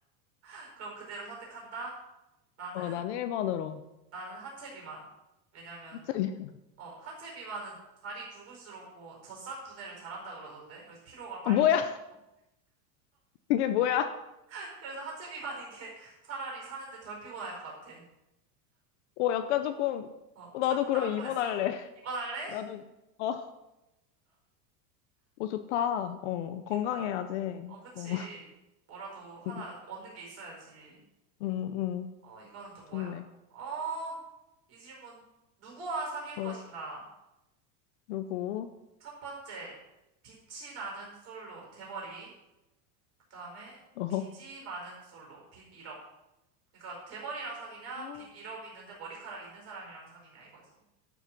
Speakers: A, on the right; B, on the left.
A: <laughs> 그럼 그대로 선택한다? 나는,
B: 어, 난 1번으로.
A: 나는 하체 비만. 왜냐면,
B: 갑자기. <laughs>
A: 어, 하체 비만은 다리 굵을수록 뭐 젖산 분해를 잘한다 그러던데. 그래서 피로가 빨리
B: 아, 뭐야?
A: 풀리고.
B: 그게 뭐야?
A: <laughs> 그래서 하체 비만인 게 <laughs> 차라리 사는데 덜 피곤할 것 같아.
B: 어, 약간 조금,
A: 어,
B: 어,
A: 설득당할
B: 나도 그럼 2번
A: 뻔했어?
B: 할래. <laughs>
A: 입원할래?
B: 나도,
A: <laughs>
B: 어, 어, 좋다. 어,
A: 웃긴다.
B: 건강해야지.
A: 어, 그치.
B: 어,
A: 뭐라도 하나
B: <laughs>
A: 얻는 게 있어야지.
B: 응, 응,
A: 어, 이거는 또 뭐야?
B: 좋네.
A: 어, 이 질문. 누구와 사귈 것인가?
B: 어, 누구?
A: 첫 번째, 빛이 나는 솔로, 대머리. 그 다음에,
B: 어.
A: 빚이 많은 솔로, 빚 1억. 그러니까 대머리랑 사귀냐?
B: 아,
A: 빚 1억 있는데 머리카락 있는 사람이랑 사귀냐 이거지.